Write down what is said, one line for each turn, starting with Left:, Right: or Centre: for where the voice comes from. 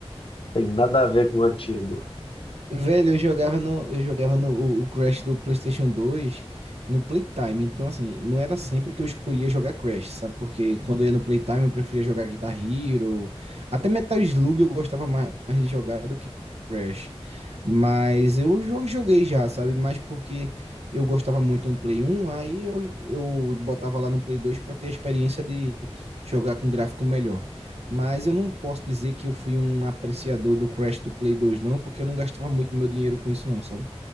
Left: Tem nada a ver com o antigo.
Right: Velho, eu jogava no, eu jogava no o, o Crash do PlayStation 2 no Playtime. Então, assim, não era sempre que eu escolhia jogar Crash, sabe? Porque quando eu ia no Playtime, eu preferia jogar Guitar Hero. Até Metal Slug eu gostava mais mais de jogar do que Crash. Mas eu jo- joguei já, sabe? Mas porque eu gostava muito no Play 1, aí eu, eu botava lá no Play 2 para ter a experiência de jogar com gráfico melhor. Mas eu não posso dizer que eu fui um apreciador do Crash do Play 2, não, porque eu não gastava muito meu dinheiro com isso, não, sabe?